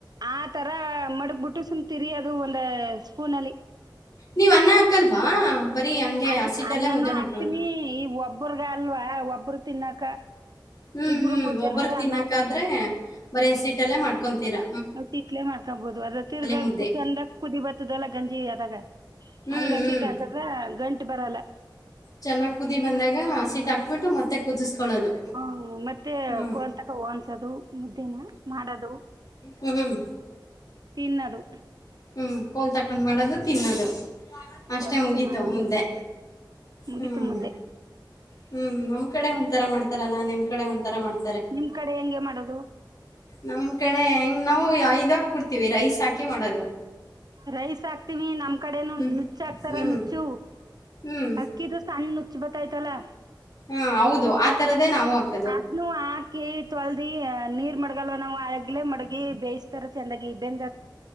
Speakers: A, on the right (about 55°); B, on the left (about 50°).
A: ಆ ತರ ಮಡಗ್ಬಿಟ್ಟು ಸುಮ್ ತಿರಿಯೋದು ಅದು ಒಂದು ಸ್ಪೂನಲ್ಲಿ
B: ನೀವ್ ಅನ್ನ ಹಾಕಲ್ವಾ. ಬರೀ ಹಂಗೆ
A: ಅ
B: ಹಸಿಟ್ಟಲ್ಲೇ
A: ಅಣ್ಣನು
B: ಮುದ್ದೆ ಮಾಡ್ಕೊಳೋದು.
A: ಹಾಕ್ತೀವೆ ಈ ಒಬ್ರಗ ಅಲ್ವಾ ಒಬ್ಬ್ರ ತಿನ್ನಕ
B: ಹ್ಮಞೂ
A: ಇಬ್ರು
B: ಹ್ಮಞೂ
A: ಮೂರ್ ಜನ
B: ಒಬ್ಬರು ತಿನ್ನೋಕ್ಕಾದ್ರೆ
A: ಅನ್ನ ಹಾಕಮ್ಮ
B: ಬರ ಹಸಿಟ್ಟುಲ್ಲೇ ಮಾಡ್ಕೊತೀರಾ.
A: ಅ ತಿಿಟ್ಲೆ ಮಾಡ್ಕೊಬಹುದು ಅದ ತಿರ್ದ
B: ಮುದ್ದೆ.
A: ಚಂದ ಕುದಿ ಬರ್ತದಲ್ಲ ಗಂಜಿ ಅದಾಗ
B: ಹ್ಮ್,
A: ಅಲ್ಗಸೀಟ್
B: ಹ್ಮ್.
A: ಹಾಕದ್ರ ಗಂಟು ಬರಲ್ಲ
B: ಚೆನ್ನಾಗ್ ಕುದಿ ಬಂದಾಗ ಹಸೀಟ್
A: ಹ್ಮ್
B: ಹಾಕ್ಬಿಟ್ಟು ಮತ್ತೆ ಕುದಿಸಕೊಳ್ಳೋದು
A: ಹ್ಮ್, ಮತ್ತೆ
B: ಹ್ಮ
A: ಕೋಲ್ ತಕ ಓನ್ಸದು ಮುದ್ದೇನ ಮಾಡದು.
B: ಹ್ಮ್ ಹ್ಮ್
A: ತಿನ್ನದು
B: ಹ್ಮ್ ಕೋಲ್ ತಕೊಂಡ್ ಮಾಡದು ತಿನ್ನದು ಅಷ್ಟೆ
A: ಕೋಲ್
B: ಮುಗೀತು
A: ತಕ ಮಾಡೋದು
B: ಮುದ್ದೆ
A: ಮುಗೀತು
B: ಹ್ಮ್
A: ಮುದ್ದೆ
B: ಹ್ಮ್ ನಮ್ ಕಡೆ ಒಂಂತರ ಮಾಡತಾರಲ್ಲ ನಿ್ ಕಡೆ ಒಂಂತರ ಮಾಡ್ತಾರೆ.
A: ನಿಮ್ ಕಡೆ ಹೆಂಗೆ ಮಾಡೋದು.
B: ನಮ್ ಕಡೆ ಹೆಂಗ್ ನಾವು ಇದಾಗಬಡ್ತೀವಿ ರೈಸ್ ಹಾಕಿ ಮಾಡೋದು
A: ರೈಸ್ ಹಾಕ್ತಿವಿ ನಮ್ ಕಡೆನು
B: ಹ್ಮ್,
A: ನುಚ್ಚ ಹಾಕ್ತಾರ
B: ಹ್ಮ್.
A: ನುಚ್ಚು
B: ಹ್ಮ್.
A: ಅಕ್ಕಿದ ಸನ್ ನುಚ್ಚು ಬತಾಯ್ತಲ್ಲಾ
B: ಹಾ ಹೌದು ಆ ತರದೇ ನಾವು ಹಾಕದು
A: ಇದನು ಹಾಕಿ ತೊಳದಿ ನೀರ್ ಮಡಗಲ್ವ ನಾವು ಅಗ್ಲೇ ಮಡಗಿ ಬೇಯಿಸಸ್ತಾರ ಚೆಂದಾಗಿ ಬೆಂದ